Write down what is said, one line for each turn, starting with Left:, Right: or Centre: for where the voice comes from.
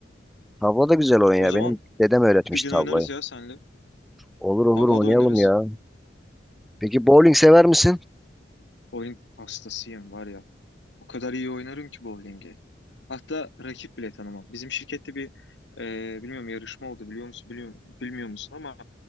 Centre: Tavla da güzel oyun
Left: O
Centre: ya.
Left: zaman
Centre: Benim dedem öğretmiş
Left: bir gün
Centre: tavlayı.
Left: oynarız ya senle.
Centre: Olur olur
Left: Tavla
Centre: oynayalım
Left: da oynarız.
Centre: ya. Peki bowling sever misin?
Left: Oyun hastasıyım var ya. O kadar iyi oynarım ki bowling'i. Hatta rakip bile tanımam. Bizim şirkette bir e, bilmiyorum yarışma oldu biliyor musun biliyor, bilmiyor musun ama